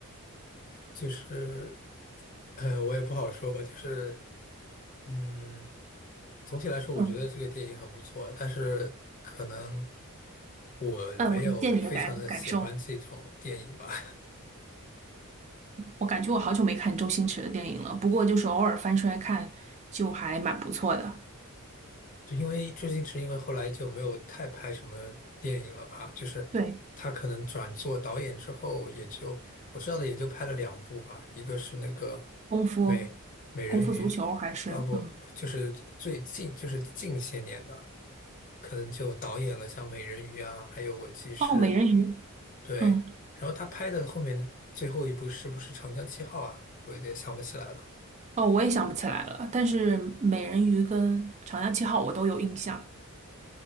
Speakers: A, on the left; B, on the right.
A: 就是，呃，我也不好说吧。就是，嗯，总体来说，
B: 嗯
A: 我觉得这个电影很不错。但是，可能我没有非常的喜欢这种电影吧。
B: 嗯，我理解你的感感受。
A: <laughs>
B: 我感觉我好久没看周星驰的电影了，不过就是偶尔翻出来看，就还蛮不错的。
A: 就因为周星驰，因为后来就没有太拍什么电影了吧，就是他可能转做导演之后，
B: 对。
A: 也就我知道的也就拍了两部吧，一个是那个
B: 功夫，
A: 美美人鱼，
B: 功夫足球还是嗯，
A: 啊不，就是最近就是近些年的，可能就导演了像美人鱼啊，还有我记是，
B: 哦，美人鱼，
A: 对，
B: 嗯，
A: 然后他拍的后面最后一部是不是长江七号啊？我有点想不起来了。
B: 哦，我也想不起来了。但是美人鱼跟长江七号我都有印象。